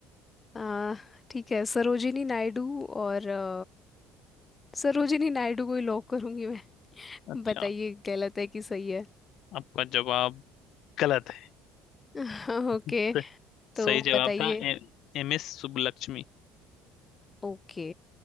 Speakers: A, on the left; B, on the left.
A: अ, ठीक है सरोजिनी नायडू और अ, सरोजिनी नायडू को ही लॉक करूंगी मैं
B: अच्छा
A: <laughs> बताइए गलत है कि सही है
B: आपका जवाब गलत है
A: <laughs> ओके
B: <laughs>
A: तो
B: सही जवाब
A: बताइए
B: था एम एस सुब्बलक्ष्मी
A: ओके